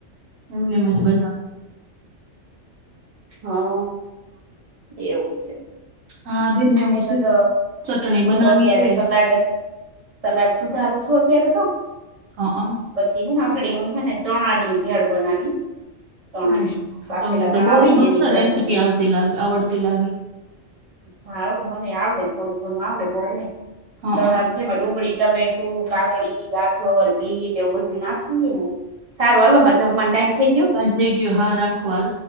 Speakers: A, on the right; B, on the right.
A: એમને એમજ બનાવ.
B: હા એવું સે.
A: હા બેન એવું
B: મે
A: છે
B: તો જો
A: ચટણી
B: હું
A: બનાવીએ
B: તો અત્યારે સલાડ જ સલાડ સુધારું સુ અત્યારે તો.
A: હ અ
B: પછી હું આગળી હું હેને ચણા ની ભેળ બનાવી. ચણાની
A: ઓ,
B: બાફેલા
A: તમને તો
B: ચણા
A: બો
B: હોય ને
A: મસ્ત
B: એની ભેળ
A: રેસીપી
B: બને
A: આવતી લાગે આવડતી લાગે.
B: હા આવને મને આવડે થોડું ઘણું આવડે બવ નય,
A: હા
B: ચણાની જેમાં ડુંગળી, ટમેટું, કાકડી, ગાજર, બીટ એવું બધું નાખીને સારું હાલોમાં માર જમવાનું ટાઈમ થઈ ગ્યો.
A: થૈય ગ્યો હા, રાખો હાલ.